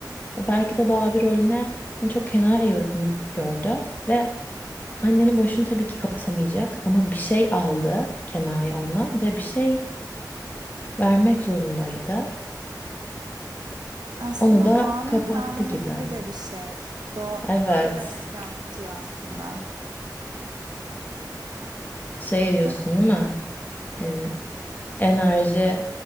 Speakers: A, on the left; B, on the right.
A: Belki de bu abi rolüne en çok Kenai'yi uygun gördü. Ve Annenin boşluğunu tabii ki kapatamayacak ama bir şey aldı Kenai ondan ve bir şey vermek zorundaydı.
B: Aslında
A: Onu da
B: doğanın
A: kapattı
B: kanunu
A: gibi.
B: gibi de bir şey. Doğayı
A: Evet.
B: da çok yansıtıyor aslında.
A: Şey diyorsun
B: Çok
A: değil mi? Yani enerji